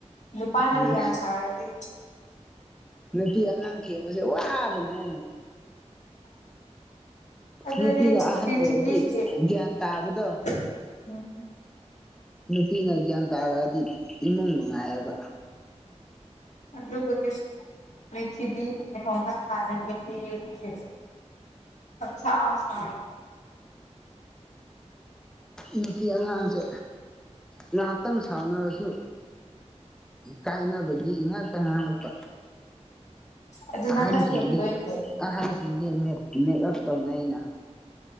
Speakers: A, on the left (about 80°); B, in the centre.
A: ꯅꯨꯄꯥꯅ
B: ꯎꯝ
A: ꯒꯌ꯭ꯥꯟ ꯇꯥꯔꯗꯤ
B: ꯄꯤ ꯑꯉꯥꯡ ꯊꯦꯝꯕꯁꯦ ꯋꯥꯕꯅꯦ
A: ꯑꯗꯨꯗꯤ
B: ꯅꯨꯄꯤꯅ ꯑꯍꯟ
A: ꯄꯤꯔꯊꯤꯕꯤꯒꯤ
B: ꯑꯣꯏꯔꯗꯤ
A: ꯎꯝ
B: ꯒ꯭ꯌꯥꯟ ꯇꯥꯕꯗꯣ ꯅꯨꯄꯤꯅ ꯒ꯭ꯌꯥꯟ ꯇꯥꯔꯛꯑꯗꯤ ꯏꯃꯨꯡ ꯅꯨꯡꯉꯥꯏꯌꯦꯕ
A: ꯑꯗꯨꯕꯨꯗꯤ ꯄ꯭ꯔꯤꯊꯤꯕꯤ <unintelligible> ꯄꯪꯁꯥꯎ ꯁꯥꯎꯋꯦ
B: ꯅꯨꯄꯤ ꯑꯉꯥꯡꯁꯦ ꯉꯥꯍꯥꯛꯇꯪ ꯁꯥꯎꯅꯔꯁꯨ ꯀꯥꯏꯅꯕꯒꯤ ꯉꯥꯍꯛꯇ ꯉꯥꯡꯂꯛꯄ
A: ꯑꯗꯨ
B: ꯑꯍꯟꯁꯤꯡꯗꯤ
A: ꯅꯪꯅ ꯊꯦꯝꯗꯣꯏꯅꯦ
B: ꯑꯍꯟ <unintelligible> ꯃꯦꯛꯑꯞ ꯇꯧꯅꯩꯅ